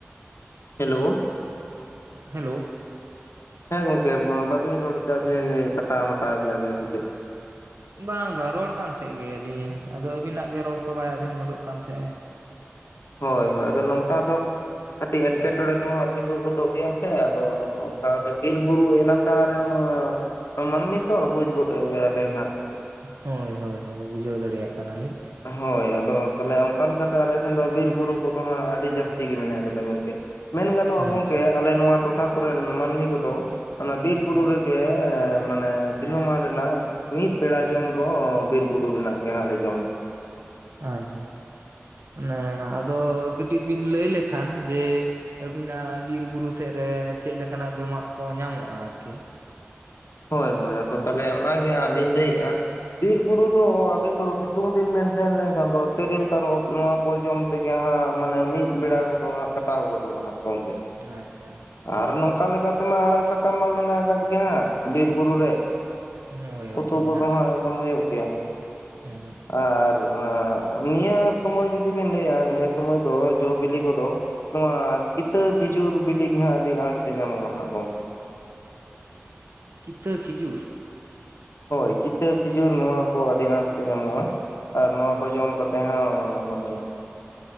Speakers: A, on the left; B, on the right.
A: ᱦᱮᱞᱳ,
B: ᱦᱮᱞᱳ,
A: ᱦᱮᱸ ᱜᱚᱝᱠᱮ ᱵᱟᱹᱵᱤᱱ ᱨᱚᱲ ᱮᱫᱟ ᱡᱮ ᱠᱟᱴᱟᱣ ᱢᱟᱴᱟᱣ ᱠᱮᱼᱟ ᱵᱮᱱ ᱥᱮ ᱪᱮᱫ ᱾
B: ᱵᱟᱝ ᱵᱟᱝ ᱨᱚᱲ ᱠᱟᱱ ᱛᱟᱦᱮᱸᱫ ᱜᱮᱭᱟ ᱞᱤᱧ ᱟᱫᱚ ᱟᱹᱵᱤᱱᱟᱜ ᱜᱮ ᱨᱚᱲ ᱠᱚ ᱵᱟᱭ ᱟᱸᱡᱚᱢ ᱦᱚᱫᱚᱜ ᱠᱟᱱ ᱛᱟᱦᱮᱸᱜ᱾
A: ᱦᱳᱭ-ᱦᱳᱭ ᱟᱫᱚ ᱱᱚᱝᱠᱟ ᱫᱚ ᱠᱟᱴᱤᱡ ᱮᱴᱠᱮ ᱴᱚᱸᱲᱮ ᱫᱚ ᱦᱟᱸᱛᱤ ᱠᱚᱜᱚ ᱛᱳᱜ ᱜᱮᱭᱟ ᱥᱮ ᱟᱫᱚ ᱵᱤᱨᱤ ᱵᱩᱨᱩ ᱮᱞᱟ ᱚᱠᱟ ᱨᱮᱱ ᱢᱟᱹᱱᱢᱤ ᱛᱚ ᱵᱩᱡᱽ ᱜᱚᱫ ᱜᱮᱭᱟᱵᱮᱱ ᱦᱟᱸᱜ᱾
B: ᱦᱳᱭ ᱦᱳᱭ ᱦᱳᱭ ᱵᱩᱡᱷᱟᱹᱣ ᱫᱟᱲᱮᱭᱟᱜ ᱠᱟᱱᱟᱞᱤᱧ᱾
A: ᱦᱳᱭ ᱟᱫᱚ ᱛᱟᱦᱚᱞᱮ ᱚᱱᱠᱟ ᱞᱮᱠᱟ ᱛᱮ ᱟᱞᱮ ᱥᱮᱱ ᱫᱚ ᱵᱤᱨ ᱵᱩᱨᱩ ᱠᱚᱫᱚ ᱦᱟᱸᱜ ᱟᱹᱰᱤ ᱡᱟᱹᱥᱛᱤ ᱜᱮ ᱢᱮᱱᱟᱜ ᱟᱠᱟᱫᱟ ᱜᱚᱝᱠᱮ᱾ ᱢᱮᱱ ᱜᱟᱱᱚᱜᱼᱟ ᱜᱚᱝᱠᱮ
B: ᱟᱪᱪᱷᱟ
A: ᱟᱞᱮ ᱱᱚᱣᱟ ᱴᱚᱴᱷᱟ ᱠᱚᱨᱮᱱ ᱢᱟᱹᱱᱢᱤ ᱠᱚᱫᱚ ᱚᱱᱟ ᱵᱤᱨ ᱵᱩᱨᱩ
B: ᱦᱮᱸ
A: ᱨᱮᱜᱮ ᱜᱮᱻ ᱢᱟᱱᱮ ᱫᱤᱱᱳᱢᱟᱱ ᱨᱮᱱᱟᱜ ᱢᱤᱫ ᱵᱮᱲᱟ ᱡᱚᱢ ᱫᱚ ᱵᱤᱨ ᱵᱩᱨᱩ ᱨᱮᱱᱟᱜ ᱜᱮ ᱦᱟᱸᱜ ᱞᱮ ᱡᱚᱢ᱾
B: ᱟᱪᱪᱷᱟ ᱢᱮᱱᱮ ᱟᱫᱚ ᱠᱟᱹᱴᱤᱡ ᱵᱤᱱ ᱞᱟᱹᱭ ᱞᱮᱠᱷᱟᱱ ᱡᱮ ᱟᱵᱤᱱᱟᱜ ᱵᱤᱨ ᱵᱩᱨᱩ ᱥᱮᱫ ᱨᱮ ᱪᱮᱫ ᱞᱮᱠᱟᱱᱟᱜ ᱡᱚᱢᱟᱜ ᱠᱚ ᱧᱟᱢᱚᱜᱼᱟ ᱟᱨᱠᱤ?
A: ᱦᱳᱭ ᱦᱳᱭ ᱟᱫᱚ ᱛᱟᱦᱟᱞᱮ ᱚᱱᱟ ᱜᱮ ᱦᱟᱸᱜ ᱞᱤᱧ ᱞᱟᱹᱭ ᱮᱜᱼᱟ᱾ ᱵᱤᱨ ᱵᱩᱨᱩ ᱫᱚ ᱟᱵᱤᱱ ᱫᱚ ᱥᱤᱛᱩᱝ ᱫᱤᱱ ᱵᱮᱱ ᱥᱮᱱ ᱞᱮᱱᱠᱷᱟᱱ ᱫᱚ ᱛᱤᱨᱩᱞ ᱛᱟᱨᱚᱵ ᱱᱚᱣᱟ ᱠᱚ ᱡᱚᱢ ᱛᱮᱜᱮ ᱦᱟᱸᱜ ᱢᱟᱱᱮ ᱢᱤᱫ ᱵᱮᱲᱟ ᱠᱚᱫᱚ ᱦᱟᱸᱜ ᱠᱟᱴᱟᱣ ᱜᱚᱫᱚᱜᱼᱟ ᱦᱟᱸᱜ ᱜᱚᱝᱠᱮ᱾
B: ᱟᱪᱪᱷᱟ᱾
A: ᱟᱨ ᱱᱚᱝᱠᱟ ᱞᱮᱠᱟ ᱛᱮᱢᱟ ᱟᱲᱟᱜ ᱥᱟᱠᱟᱢ ᱢᱟ ᱢᱮᱱᱟᱜ ᱟᱠᱟᱫ ᱜᱮ ᱦᱟᱸᱜ᱾ ᱵᱤᱨ ᱵᱩᱨᱩ ᱨᱮ
B: ᱦᱳᱭ ᱦᱳᱭ
A: ᱩᱛᱩ
B: ᱢᱮᱱᱟᱜ
A: ᱠᱚᱫᱚ
B: ᱟᱠᱟᱫ
A: ᱦᱟᱸᱜ᱾ ᱡᱚᱢ ᱦᱩᱭᱩᱜ ᱜᱮᱭᱟ
B: ᱦᱮᱸ
A: ᱟᱨ ᱱᱤᱭᱟ ᱥᱩᱢᱚᱭ ᱡᱩᱫᱤ ᱵᱤᱱ ᱞᱟᱹᱭᱟ ᱱᱤᱭᱟᱹ ᱥᱩᱢᱚᱭ ᱫᱚ ᱡᱚ ᱵᱤᱞᱤ ᱠᱚᱫᱚ ᱱᱚᱣᱟ ᱠᱤᱛᱟᱹ ᱠᱷᱤᱡᱩᱨ ᱵᱤᱞᱤ ᱜᱮ ᱦᱟᱸᱜ ᱟᱹᱰᱤ ᱟᱸᱴ ᱛᱮ ᱧᱟᱢᱚᱜ-ᱟ ᱦᱟᱸᱜ ᱜᱚᱝᱠᱮ᱾
B: ᱠᱤᱛᱟᱹ ᱠᱷᱤᱡᱩᱨ᱾
A: ᱦᱳᱭ ᱠᱤᱛᱟᱹ ᱠᱷᱤᱡᱩᱨ ᱱᱚᱣᱟ ᱠᱚ ᱟᱹᱰᱤ ᱟᱸᱴ ᱛᱮ ᱧᱟᱢᱚᱜᱼᱟ ᱟᱨ ᱱᱚᱣᱟ ᱠᱚ
B: ᱟᱪᱪᱷᱟ
A: ᱡᱚᱢ ᱠᱟᱛ ᱛᱮᱦᱚᱸ ᱢᱟᱱᱮ